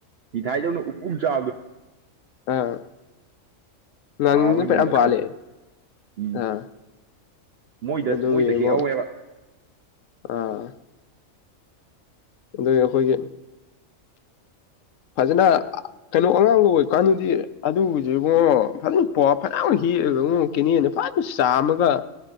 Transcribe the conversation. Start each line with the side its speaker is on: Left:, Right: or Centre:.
Right: ꯃꯤꯊꯥꯏꯗꯧꯅ ꯎꯝ ꯎꯝ ꯆꯥꯕꯗꯣ
Left: ꯑꯥ ꯉꯪꯗꯨ
Right: ꯍꯥꯎꯕꯅꯤ
Left: ꯐꯅꯌꯥꯝ
Right: ꯃꯨꯜꯂꯀꯥꯟ
Left: ꯄꯥꯜꯂꯦ
Right: ꯎꯝ
Left: ꯑꯥ
Right: ꯃꯣꯏꯗ
Left: ꯑꯗꯨꯒꯤ
Right: ꯃꯣꯏꯗ
Left: ꯏꯕꯣ
Right: ꯍꯦꯛꯍꯧꯋꯦꯕ
Left: ꯑꯥ ꯑꯗꯨꯏ ꯑꯈꯣꯏꯒꯤ ꯐꯖꯅ ꯀꯩꯅꯣ ꯑꯉꯥꯡꯒ ꯑꯣꯏꯀꯥꯟꯗꯗꯤ ꯑꯗꯨꯕꯨꯖꯦ ꯏꯕꯨꯡꯉꯣ ꯐꯖꯅ ꯄꯥ ꯐꯅꯌꯥꯝꯒ ꯍꯦꯛꯑꯦꯒ ꯉꯣ ꯀꯦꯅꯦꯟꯗ <unintelligible> ꯆꯥꯝꯃꯒ